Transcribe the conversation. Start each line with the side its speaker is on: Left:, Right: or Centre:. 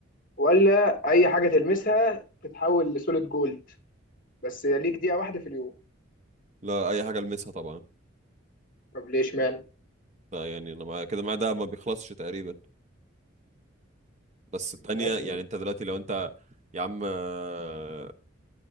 Left: ولا اي حاجه تلمسها تتحول لسوليد جولد بس ليك دقيقه واحده في اليوم
Right: لا اي حاجة المسها طبعا
Left: طب ليش مان
Right: لا يعني انا معايا كده معايا ده ما بيخلصش تقريبا بس التانية
Left: ماشي
Right: يعني انت دلوقتي لو انت يا عم آه،